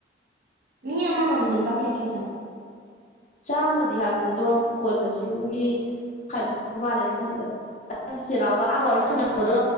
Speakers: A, on the right; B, on the left.
A: ꯃꯤ ꯑꯃꯥ ꯃꯝꯗꯜꯕ ꯀꯦ ꯀꯌꯥ ꯆꯪ
B: ꯆꯥꯝꯃꯗꯤ ꯍꯥꯏꯕꯅꯤ ꯑꯗꯣ ꯄꯣꯏ ꯃꯁꯤꯡꯒꯤ ꯈꯥꯏꯗꯣꯛ ꯃꯥꯜꯂꯦꯅ ꯈꯟꯕꯗꯆꯅꯥꯎꯒ ꯑꯃ ꯋꯥꯔꯤ
A: ꯎꯝ
B: ꯁꯥꯟꯅꯕꯗꯣ